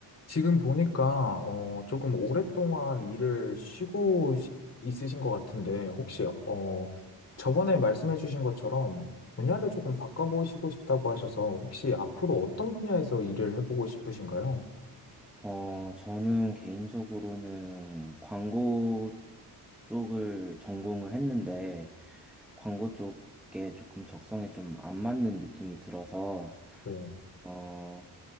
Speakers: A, on the left; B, in the centre.
A: 지금 보니까 어, 조금 오랫동안 일을 쉬고 시- 있으신 것 같은데 혹시 어, 저번에 말씀해주신 것처럼 분야를 조금 바꿔보시고 싶다고 하셔서 혹시 앞으로 어떤 분야에서 일을 해보고 싶으신가요?
B: 어, 저는 개인적으로는 광고 쪽을 전공을 했는데, 광고 쪽에 조금 적성에 좀 안 맞는 느낌이 들어서,
A: 뭐,
B: 어,